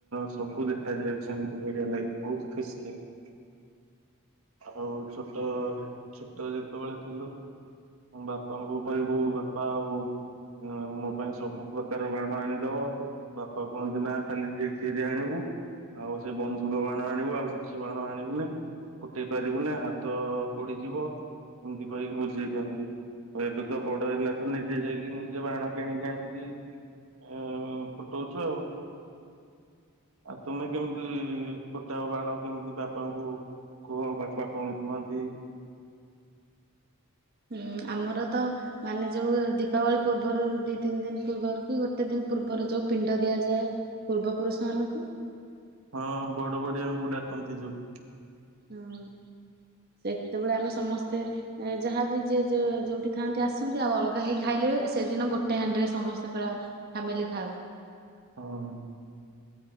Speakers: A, on the right; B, on the right.
A: ସବୁ ଦେଖାଯାଏ। ସେମିତି ବଢିଆ ଲାଗେ ବହୁତ ଖୁସି ଲାଗେ। ଆଉ ଛୋଟ ଛୋଟ ଯେତେବେଳେ ଥିଲୁ। ଆମ ବାପାଙ୍କୁ କହିବୁ ବାପା ଆଉ ହଁ ମୋ ପାଇଁ ସବୁ ପ୍ରକାର ବାଣ ଆଣିଦବ। ବାପା କୁହନ୍ତି ନା ଖାଲି ଝିରିଝିରିଆ ଆଣିବୁ ଆଉ ସେଇ ବନ୍ଧୁକ ବାଣ ଆଣିବୁ ଆଉ କିଛି ବାଣ ଆଣିବୁନାଇଁ। ଫୁଟେଇ ପାରିବୁନି ହାତ ପୋଡିଯିବ, ଏମିତି କହିକି ବୁଝେଇଥାନ୍ତି। ଆଉ ଏବେ ତ ବଡ ହେଲା ତୁ ନିଜେ ଯାଇକି ନିଜେ ବାଣ କିଣିକି ଆଣିକି ଆ ଫୁଟଉଛୁ ଆଉ। ଆ ତୁମେ କେମିତି ଫୁଟାଅ ବାଣ କେମିତି ବାପାଙ୍କୁ କୁହ ବାପା କଣ କୁହନ୍ତି
B: ହୁଁ ଆମର ତ ମାନେ ଯଉ ଦୀପାବଳି ପୂର୍ବରୁ ଦିଇ ତିନି ଦିନ ପୂର୍ବରୁ କି ଗୋଟେ ଦିନ ପୂର୍ବରୁ ଯୋଉ ପିଣ୍ଡ ଦିଆଯାଏ। ପୂର୍ବ ପୁରୁଷ ମାନଙ୍କୁ।
A: ହଁ ବଡ ବଡିଆଙ୍କୁ ଡାକନ୍ତି ଯୋଉ।
B: ହଁ ସେତେବେଳେ ଆମେ ସମସ୍ତେ ଯାହାବି ଯିଏ ଯୋଉଠି ଥାଆନ୍ତି ଆସନ୍ତି। ଆଉ ଅଲଗା ହେଇକି ଖାଇଲେ ବି ସେଦିନ ଗୋଟେ ହାଣ୍ଡିରେ ସମସ୍ତେ ପୁରା ଫ୍ୟାମିଲି ଖାାଉ।
A: ହଁ।